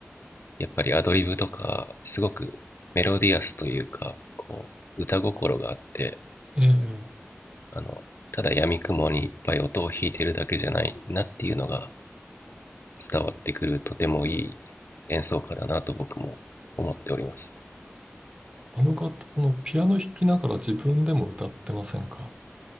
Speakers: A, on the left (about 55°); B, on the right (about 25°).
A: やっぱりアドリブとか、すごくメロディアスというか、こう歌心があって、
B: ええ
A: あのただ闇雲にいっぱい音を弾いてるだけじゃないなっていうのが伝わってくるとてもいい演奏家だなと僕も思っております。
B: あの方、あの、ピアノ弾きながら自分でも歌ってませんか